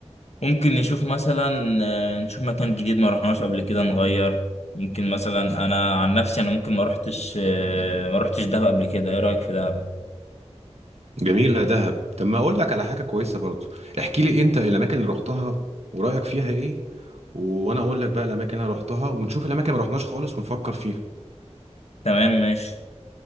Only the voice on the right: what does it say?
جميلة دهب طب ما اقول لك على حاجة كويسة برضو احكي لي انت الاماكن اللي رحتها ورأيك فيها ايه وانا اقول لك بقى الاماكن اللي أنا رحتها ونشوف الاماكن اللي ما رحناش خالص ونفكر فيها